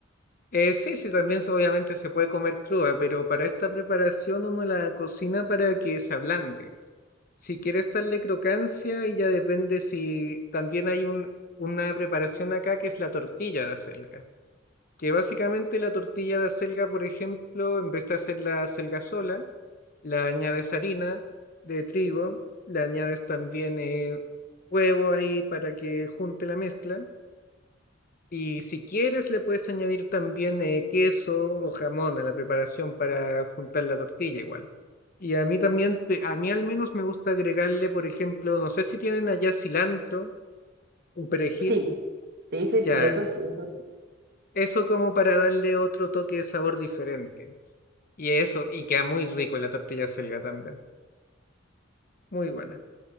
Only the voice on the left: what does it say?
Eh, sí, sí, también se- obviamente se puede comer cruda, pero para esta preparación uno la cocina para que se ablande. Si quieres darle crocancia, y ya depende si también hay un, una preparación acá que es la tortilla de acelga. Que básicamente la tortilla de acelga, por ejemplo, en vez de hacer la acelga sola, la añades harina de trigo, le añades también eh, huevo ahí para que junte la mezcla Y si quieres, le puedes añadir también eh, queso o jamón a la preparación para juntar la tortilla igual. Y a mí también, pe- a mí al menos me gusta agregarle, por ejemplo, no sé si tienen allá cilantro, un perejil,
ya,
eso como para darle otro toque de sabor diferente. Y eso, y queda muy rico la tortilla selga también, muy buena.